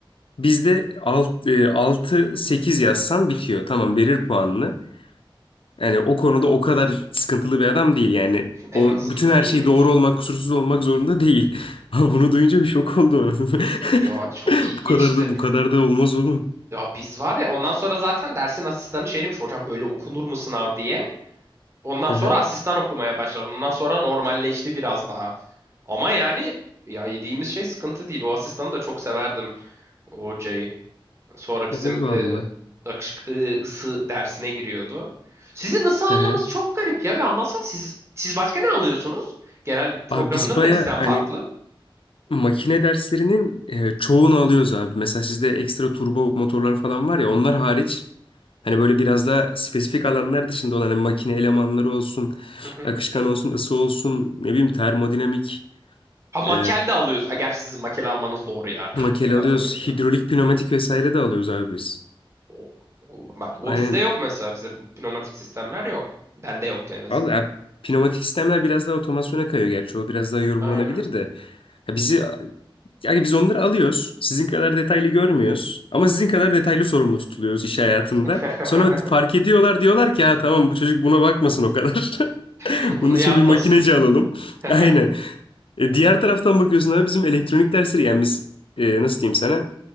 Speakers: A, on the left; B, on the right.
A: Bizde 6, 6 8 yazsan bitiyor. Tamam verir puanını. Yani o konuda
B: Ha,
A: o kadar sıkıntılı bir adam değil yani.
B: En
A: O
B: azından
A: bütün her
B: iyiymiş.
A: şey doğru olmak, kusursuz olmak zorunda değil. <laughs> Ama bunu duyunca bir şok oldu anasını.
B: Ya
A: <laughs>
B: çok ilginçti.
A: Bu kadar da bu kadar da olmaz oğlum.
B: Ya biz var ya ondan sonra zaten dersin asistanı şey demiş hocam böyle okunur mu sınav diye. Ondan
A: Hı
B: sonra
A: hı.
B: asistan okumaya başlar. Ondan sonra normalleşti biraz daha. Ama yani ya yediğimiz şey sıkıntı değil. O asistanı da çok severdim o hocayı. Sonra bizim
A: Allah
B: e,
A: Allah.
B: akış e, ısı dersine giriyordu. Sizin ısı almanız
A: Hı hı.
B: çok garip ya. Bir anlatsana siz siz başka ne alıyorsunuz? Genel programınız
A: Abi biz baya
B: da bizden
A: hani
B: farklı.
A: makine derslerinin e, çoğunu alıyoruz abi. Mesela sizde ekstra turbo motorlar falan var ya onlar hariç hani böyle biraz daha spesifik alanlar dışında olan hani makine elemanları olsun,
B: Hı hı.
A: akışkan olsun, ısı olsun, ne bileyim termodinamik
B: Ha makel
A: e,
B: de alıyorsun. Ha, gerçi sizin makel almanız doğru ya.
A: Makele
B: Mekatronics.
A: alıyoruz.
B: evet.
A: Hidrolik, pnömatik vesaire de alıyoruz abi biz.
B: O, o- bak o
A: Aynen.
B: bizde yok mesela. Bizde pneumatik sistemler yok. Bende yoktu en azından.
A: Al ya, pnömatik sistemler biraz daha otomasyona kayıyor gerçi. O biraz daha yorumlanabilir
B: Aynen.
A: de. Ya bizi yani biz onları alıyoruz. Sizin kadar detaylı görmüyoruz. Ama sizin kadar detaylı sorumlu tutuluyoruz iş hayatında.
B: <laughs>
A: Sonra fark ediyorlar diyorlar ki ha tamam bu çocuk buna bakmasın o kadar. <laughs>
B: Bunu bunu
A: Bunun için
B: yapmasın.
A: bir makineci
B: <laughs>
A: alalım. <laughs>
B: Hı
A: Aynen. E, diğer taraftan bakıyorsun abi bizim elektronik dersleri yani biz e, nasıl diyeyim sana?